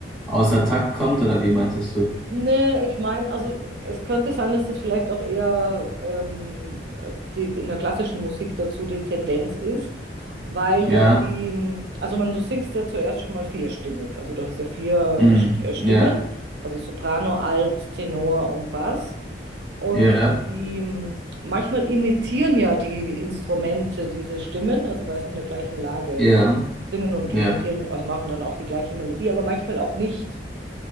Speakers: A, in the centre; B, on the right.
A: außer Takt kommt, oder wie meintest du?
B: Nee, ich meine, also es könnte sein, dass das vielleicht auch eher ähm, äh, die, in der klassischen Musik dazu die Tendenz ist, weil ja
A: Ja,
B: die, also man, du singst ja zuerst schon mal vierstimmig, also du hast ja vier
A: mm,
B: St- äh, Stimmen,
A: ja,
B: also Soprano, Alt, Tenor und Bass. Und
A: ja,
B: die, ähm, manchmal imitieren ja die Instrumente diese Stimmen, also weil sie in der gleichen Lage
A: ja,
B: singen und
A: ja,
B: imitieren, also machen dann auch die gleiche Melodie, aber manchmal auch nicht,